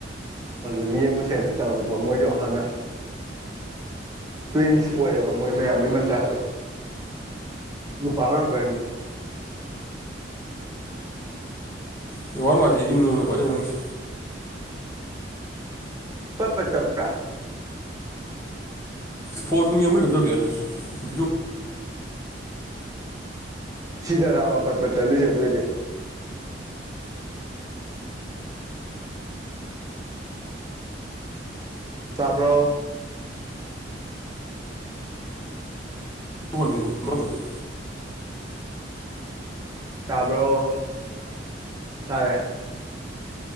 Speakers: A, on the right; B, on the left.
A: ꯑꯗꯨ ꯌꯦꯡꯉꯨꯁꯦꯅ ꯆꯪꯉꯛꯄ ꯃꯣꯏꯗꯣ ꯍꯥꯟꯅ ꯇ꯭ꯋꯤꯟꯁ ꯄꯣꯛꯑꯦꯕ ꯃꯣꯏ ꯃꯌꯥꯝꯕꯩ ꯃꯆꯥꯁꯨ ꯅꯨꯄꯥ ꯉꯥꯛꯇꯥ ꯑꯅꯤ
B: ꯅꯦꯇꯋꯥꯔꯛ ꯅꯨꯡꯉꯥꯏꯇꯦ ꯌꯨꯝꯅꯤꯅ ꯀꯃꯥꯏ ꯇꯧꯔꯤꯅꯣ ꯈꯪꯗꯦ
A: ꯄꯠ ꯄꯠ ꯇꯥꯠꯄ꯭ꯔꯥ
B: ꯐꯣꯟ ꯅꯨꯡ ꯌꯦꯡ ꯃꯗꯤ ꯀꯦꯝ ꯇꯧꯗꯦ ꯕꯤꯗꯤꯑꯣ
A: ꯁꯤꯗꯔꯥꯕ ꯄꯠꯄꯠ ꯆꯠꯂꯤꯁꯦ ꯑꯗꯨꯑꯣꯏꯗꯤ ꯇꯥꯕ꯭ꯔꯣ
B: <inaudible>
A: ꯇꯥꯕ꯭ꯔꯣ ꯇꯥꯔꯦ